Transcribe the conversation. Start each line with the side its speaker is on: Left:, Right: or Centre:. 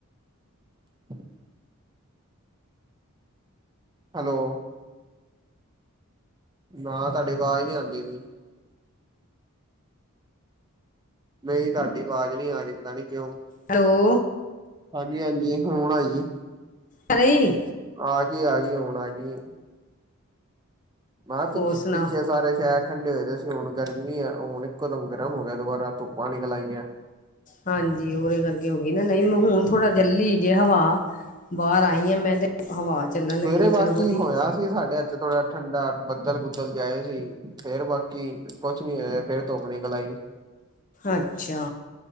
Right: <unintelligible> ਹੈਲੋ। ਨਾ ਤਾਡੀ ਆਵਾਜ਼ ਨੀ ਆਂਦੀ ਪਈ। ਨਹੀਂ ਤੁਹਾਡੀ ਆਵਾਜ਼ ਨਹੀਂ ਆ ਰਹੀ ਪਤਾ ਨਹੀਂ ਕਿਉਂ।
Left: ਹੈਲੋ।
Right: ਹਾਂਜੀ ਹਾਂਜੀ, ਹੁਣ ਆਈ।
Left: ਆ ਰਹੀ।
Right: ਆ ਗਈ ਆ ਗਈ ਹੁਣ ਆ ਗਈ। ਮੈਂ ਕਿਆ
Left: ਹੋਰ
Right: ਪਿੱ
Left: ਸੁਣਾ
Right: ਪਿੱਛੇ ਸਾਰੇ ਸ਼ਹਿਰ ਠੰਡੇ ਹੋਏ ਦੇ ਸੀ, ਹੁਣ ਗਰਮੀ ਆ ਹੁਣ ਇੱਕੋ ਦਮ ਗਰਮ ਹੋ ਗਿਆ ਦੁਬਾਰਾ ਧੁੱਪਾਂ ਨਿਕਲ ਆਈਆਂ।
Left: ਹਾਂਜੀ ਉਹਦੇ ਕਰਕੇ ਹੋ ਗਈ ਨਾ, ਨਹੀਂ ਮੈਂ ਹੁਣ ਥੋੜਾ ਚੱਲੀ ਜੇ ਹਵਾ ਬਾਹਰ ਆਈ ਆ ਮੈਂ ਤੇ ਹਵਾ ਚੱਲਣ
Right: ਸਵੇਰੇ
Left: ਲੱਗੀ
Right: ਬਾਕੀ
Left: ਚਲੋ ਵਧੀਆ।
Right: ਹੋਇਆ ਸਾਡੇ ਏਥੇ ਥੋੜਾ ਠੰਡਾ ਬੱਦਲ ਬੁਦਲ ਗਏ ਸੀ, ਫੇਰ ਬਾਕੀ ਕੁਛ ਨੀ ਹੋਇਆ ਫੇਰ ਧੁੱਪ ਨਿਕਲ ਆਈ।
Left: ਅੱਛਾ,